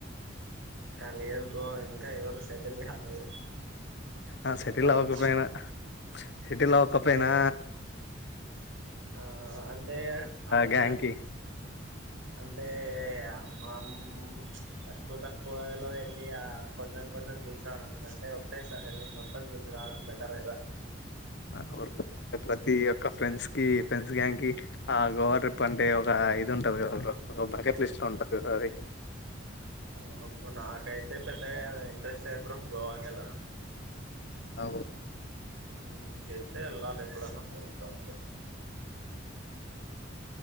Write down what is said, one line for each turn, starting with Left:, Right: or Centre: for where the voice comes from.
Right: క లేదు బ్రో ఇంకా ఎవరు సెటిల్ కాలేదు.
Left: ఆ
Right: కొంచెమయి
Left: సెటిల్ అవ్వకపోయినా సెటిల్ అవ్వకపోయినా?
Right: అంటే ఆ అంటే అర్ధ
Left: గ్యాంగ్ కి
Right: అంటే మామ్ తక్కువ తక్కువలో వెళ్ళి ఆ కొంచెం కొంచెం చూసిరావడం కంటే, ఒకటే సారి వెళ్ళి మొత్తం చూసిరావడం బెటర్ కదా.
Left: అంటే ప్రతి ఒక్క ఫ్రెండ్స్ కి ఫ్రెండ్స్ గ్యాంగ్ కి ఆ గోవా ట్రిప్ అంటే ఒక ఇది ఉంటది కదా, ఒక బకెట్ లిస్ట్ ఉంటది కదా అది.
Right: అవును బ్రో నాకైతే పెద్దగా ఇంట్రెస్ట్ లేదు బ్రో గోవాకి వెళ్ళడం.
Left: ఆ
Right: మ్ జది. <unintelligible> అంతే వెళ్ళాలి ఎప్పుడైన్నా ఫ్రెండ్స్ తో ఉంటే.